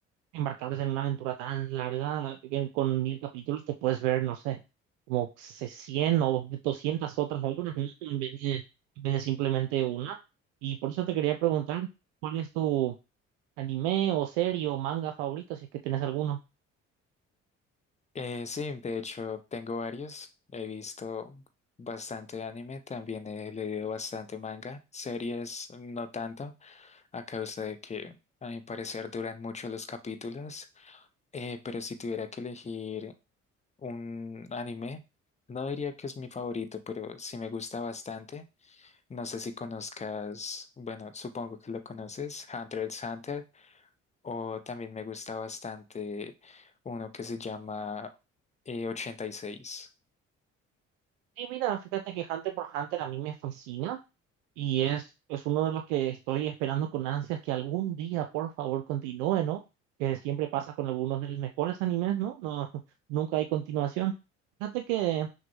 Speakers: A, on the right; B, on the left.
A: embarcarse en una aventura tan larga, que con mil capítulos te puedes ver, no sé, como se- 100 o 200 otras obras, ¿no? En vez de, en vez de simplemente una. Y por eso te quería preguntar, ¿cuál es tu Anime o serie o manga favorito, si es que tenés alguno.
B: Eh, sí, de hecho tengo varios. He visto bastante anime, también he leído bastante manga. Series no tanto, a causa de que a mi parecer duran mucho los capítulos. Eh, pero si tuviera que elegir un anime, no diría que es mi favorito, pero sí me gusta bastante. No sé si conozcas, bueno, supongo que lo conoces, Hunter x Hunter, o también me gusta bastante uno que se llama eh, 86.
A: Sí, mira, fíjate que Hunter por Hunter a mí me fascina y es, es uno de los que estoy esperando con ansias que algún día, por favor, continúe, ¿no? Que siempre pasa con algunos de los mejores animes, ¿no? No, <laughs> nunca hay continuación. Fíjate que